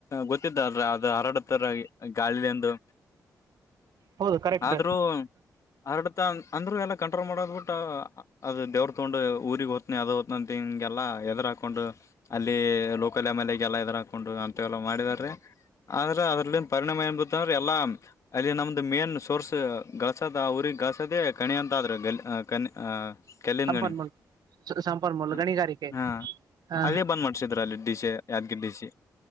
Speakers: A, on the left (about 50°); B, on the right (about 75°).
A: ಗೊತ್ತಿದ್ದಲ್ ಅದ ಹರಾಡತ್ತಾರ ಗಾಳಿಲಿಂದು
B: ಹೌದು ಕರೆಕ್ಟ್
A: ಆದ್ರೂ ಅರಡು ಅಂದ್ರರು ಎಲ್ಲ ಕಂಟ್ರೋಲ್ ಮಾಡೋದ್ ಬಿಟ್ಟ ಅದು ದವರು ತಗೊಂಡು ಊರಿಗೆಗ್ ಹದ್ತನಿ ಅದ ಹದ್ತನ ಅಂತ ಹಿಂಗೆಲ್ಲ ಎದ್ರಾ ಹಾಕೊಂಡು ಅಲ್ಲಿ ಲೋಕಲ್ ಎಮ್ ಎಲ್ ಎ ಎಲ್ಲಾ ಇದ್ರ ಹಾಕೊಂಡು ಅಂತ ಎಲ್ಲ ಮಾಡಿದಾರೀ ಆದ್ರೆ ಅದ್ರಲ್ಲಿ ಪರಿಣಾಮ ಏನ್ ಬತ್ತ ಅಂದ್ರೆ ಎಲ್ಲಾ ಅಲ್ಲಿ ನಮ್ದು ಮೇನ್ ಸೋರ್ಸ್ ಲಸದ ಆ ಊರಿಗೆ ಗಸದೆೇ ಕಣಿ ಅಂತ ಆದ್ರರುಣ ಕೆಲ್ಲಿನ್
B: ಸಂಪನ್ಮೂಲ
A: ಗಣಿ
B: ಸಂಪನ್ಮೂಲ
A: ಹ
B: ಗಣಿಗಾರಿಕೆ
A: ಹಾ
B: ಹಾ
A: ಅದೇ ಬಂದ್ ಮಾಡ್ಸಿದ್್ರ ಅಲ್ಲಿ ಡಶ ಯಾದ್ಗಿ ಡಿ ಸಿ